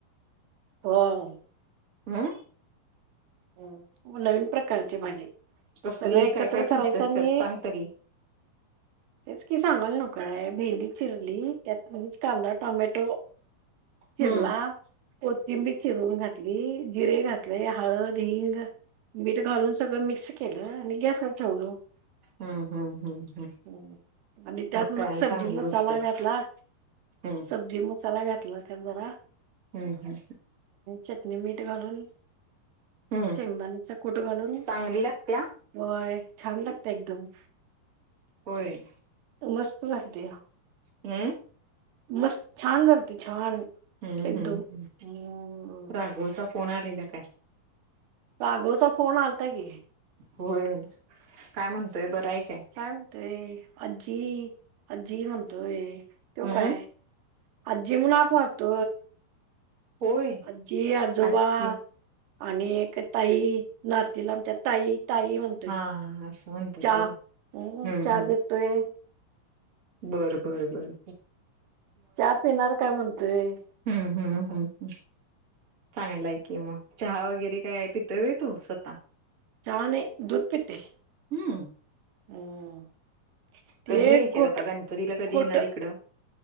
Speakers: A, on the right (about 80°); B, on the right (about 60°).
A: ह्म.
B: हम्म
A: ह्म नवीन प्रकारची भाजी.
B: कसली
A: सगळं एकत्र
B: काय काय
A: करायचं
B: केलंस
A: आणि
B: त्यात सांग तरी
A: तेच की सांगाल नकोय भेंडी चिरली त्यात लगेच कांदा टोमॅटो चिरला
B: हम्म
A: कोथिंबीर चिरवून घातली, जिरे घातलेय, हळद हींग, मीठ घालून सगळं मिक्स केलं आणि गॅसवर ठेवलो.
B: हम्म हम्म हम्म हम्म.
A: ह आणि त्यात
B: काय
A: मग सब्जी
B: चांगली
A: मसाला
B: गोष्ट आहे.
A: घातला.
B: हम्म
A: सब्जी मसाला घातला त्यात जरा.
B: हम्म हम्म.
A: चटनी मीठ घालून
B: हम्म.
A: शेंगदाण्याचा कुट घालून,
B: चांगली लागत्या
A: वय छान लागत एकदम.
B: होय.
A: मस्त घालते या.
B: हम्म.
A: मस्त छान झालते छान
B: हम्म
A: एकदम
B: हम्म हम्म.
A: हम्म.
B: राघवचा फोन आलेल काय?
A: कागोचा फोन आलताय कि.
B: होय काय म्हणतोय बरं आहे काय?
A: काय म्हणतोय आजी आजी म्हणतोय तो
B: हम्म
A: काय. अज्जी म्हुण हाक मरतो.
B: होय
A: आजी आजोबा
B: आज्जी.
A: आणि
B: <unintelligible>
A: एक
B: टाईम
A: ताई नातीला
B: चालू
A: आमच्या ताई ताई म्हणतोय
B: हे हा हा. होताच
A: चहा
B: हम्म
A: चहा
B: हम्म.
A: देतोय
B: <unintelligible> बर बर बर.
A: चहा पिणार काय म्हणतोय.
B: हम्म हम्म हम्म हम्म. चांगलाय की मग चहा वगैरे काय पि तोवय तू स्वतः
A: चाहा नही दुध पिते.
B: हम्म.
A: हम्म ते
B: कधीयायचीग
A: खोट
B: आता गणपतीला कधी
A: खोट
B: येणार इकडं.